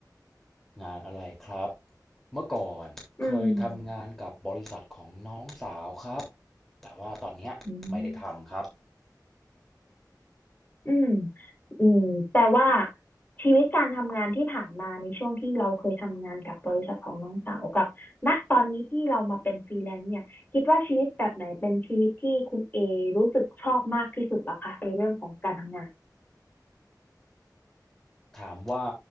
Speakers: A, in the centre; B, on the left.
A: ำงานอะไรครับ เมื่อก่อนเคยทำงานกับบริษัทของน้องสาวครับ
B: อืม
A: แต่ว่าตอนเนี้ยไม่ได้ทำครับ
B: อืม อืมอืม แต่ว่าชีวิตการทำงานที่ผ่านมาในช่วงที่เราเคยทำงานกับบริษัทของน้องสาวกับณตอนนี้ที่เรามาเป็นฟรีแลนซ์เนี่ยคิดว่าชีวิตแบบไหนเป็นชีวิตที่คุณเอรู้สึกชอบมากที่สุดแล้วคะในเรื่องของการทำงาน
A: ถามว่า